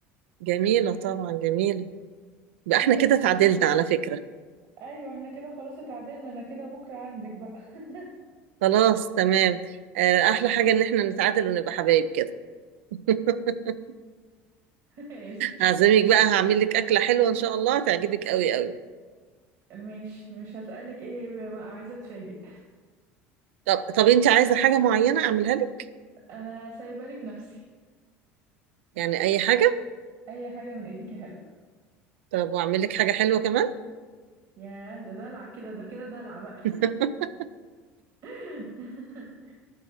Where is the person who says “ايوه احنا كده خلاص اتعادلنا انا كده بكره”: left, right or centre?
Right